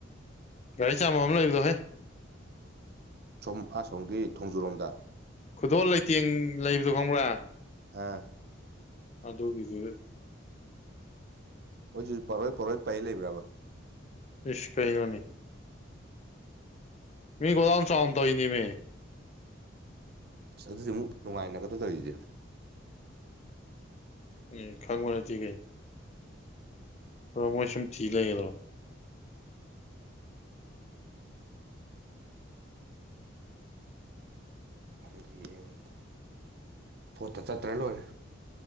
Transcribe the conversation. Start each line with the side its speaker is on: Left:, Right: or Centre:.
Left: ꯒꯥꯔꯤ ꯆꯥꯝꯃ ꯑꯃ ꯂꯩꯕꯗꯣ ꯍꯣꯏ
Right: ꯁꯣꯝ ꯑꯁꯣꯝꯒꯤ ꯊꯣꯡꯖꯨꯔꯣꯝꯗ
Left: ꯈꯨꯗꯣꯜ ꯂꯩꯇꯦꯡ ꯂꯩꯕꯗꯣ ꯈꯪꯕ꯭ꯔꯥ
Right: ꯍꯥꯥ
Left: ꯑꯗꯣ ꯏꯗ
Right: ꯍꯣꯏꯖ ꯄꯔꯣꯏ ꯄꯔꯣꯏ ꯄꯥꯏ ꯂꯩꯕ꯭ꯔꯕ
Left: ꯏꯁ ꯀꯥꯏꯩꯅꯣꯅꯤ ꯃꯤ ꯣꯗꯥꯝ ꯆꯟꯇꯣ ꯏꯅꯤꯃꯦ
Right: ꯑꯁ ꯑꯗꯨꯗꯤ ꯑꯃꯨꯛ ꯅꯨꯡꯉꯥꯏꯅꯒꯗꯧ ꯇꯧꯔꯤꯗꯤꯦ
Left: ꯎꯝ ꯈꯪꯕꯅꯠꯇ ꯀꯩꯅ ꯑꯣꯃꯣꯁꯝ ꯆꯤꯂ ꯌꯦꯗꯣ
Right: ꯈꯪ ꯌꯦꯡꯉꯗꯤ ꯄꯣꯠꯇ ꯆꯠꯇ꯭ꯔ ꯂꯣꯏꯔꯦ